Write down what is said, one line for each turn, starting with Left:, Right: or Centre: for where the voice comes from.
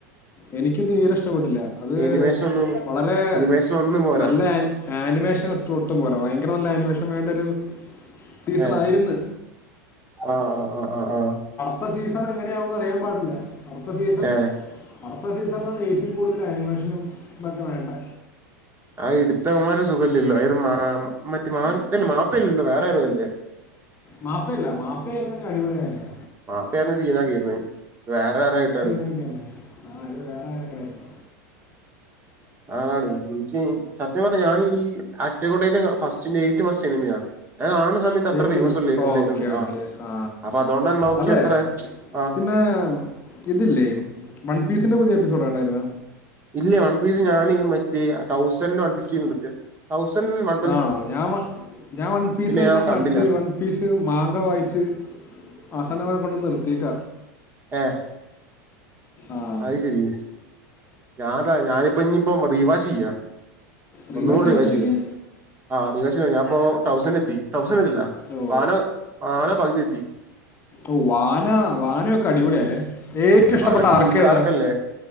Left: എനിക്കും തീരെ ഇഷ്ടപ്പെട്ടില്ല അത്
Right: എനിമേഷൻ ഒന്നും
Left: വളരെ
Right: എനിമേഷൻ ഒന്നും പോരാ
Left: നല്ല ആൻ ആനിമേഷൻ ഇട്ട ഒട്ടും പോലെ ഭയങ്കര നല്ല ആനിമേഷൻ വേണ്ട ഒരു സീസൺ
Right: ഏഹ്
Left: ആയിരുന്നു.
Right: ആഹ് അ അ ആഹ്
Left: പ്പ സീസൺ എങ്ങനെയാവൂന്ന് അറിയാൻ പാടില്ല. അടുത്ത സീസൺ
Right: ഏഹ്
Left: അടുത്ത സീസണിലാണ് ഏറ്റവും കൂടുതൽ ആനിമേഷനും ഇതൊക്കെ വേണ്ടേ
Right: ആ എടുത്തവമാര സുഖല്ലല്ലോ അത് മറ്റേ മാ ഇല്ലേ മാപ്പല്ലല്ലോ വേറെ ആരോല്ലേ
Left: മാപ്പയല്ല മാപ്പയായിരുന്നങ്കിൽ അടിപൊളിയായേന്
Right: മാപ്പയായിരുന്നാ ചീന കീർനേ ത് വേറേവേറെയായിട്ടാണ്.
Left: തിനെ ആ ഇത് വേറെ ആരെങ്കിലു ആയിരിക്കും
Right: ആതാണ് എനിക്ക് സത്യം പറഞ്ഞു ഞാൻ ഈ അറ്റക്കുടെനെ കാ ഫസ്റ്റിന് എയ്റ്റ് ഫസ്റ്റ് സിനിമയാ ഞാൻ കാണുന്ന സമയത്ത് അത്ര
Left: ഏറ്റവും
Right: ഫേമസ്
Left: ബസ്
Right: അല്ലേ അല്ലായിരുന്നു
Left: ഓക്കെ ഓക്കേ ആ
Right: അപ്പൊ അതുകൊണ്ടന്നെ നോക്കി
Left: അതെ
Right: അത്ര ആ
Left: പിന്നെ മ് ഇതില്ലേ മൽപീസിന്റെ പുതിയ എപ്പിസോഡ് കണ്ടായിരുന്നാ?
Right: ഇതില്ലേ വൺ പീസ് ഞനീ മറ്റേ തൗസൻല് വൺ ഫിഫ്റ്റിന്ന്ല്ട്ത്തെ തൗസർ വ
Left: ആണോ ഞാവ ഞാൻ വൺ പീസ്
Right: ഞാൻ
Left: എല്ലാം
Right: കണ്ടില്ല
Left: കണ്ട് വൺ പീസ് മാങ്ക വായിച്ച് ആവസാനവരെ കൊണ്ട് നിർത്തിയെക്ക
Right: ഏഹ്
Left: ആഹ്
Right: അയ്ശരി ഞാന്താ ഞാനിപ്പോനിപ്പോ റീവാച്ച് ചെയ്യാ.
Left: റീവാച്ച്
Right: ഒന്നുകൂടെ
Left: ചെയ്തോണ്ടിരിക്യാ?
Right: റിവാച്ച് ചെയ്യാ ആ ദീവേഷേ ഞാപ്പോ തൗസന്റെത്തി. തൗസന്റെതില്ല
Left: ഓ
Right: വാനോ വാനോപകുതി എത്തി
Left: ഓ വാന വാനൊക്കെ അടിപൊളിയാല്ലേ? ഏറ്റവും ഇഷ്ടപ്പെട്ട
Right: ആന പീക്കാർക്കല്ലേ
Left: ആർക്കേതാ?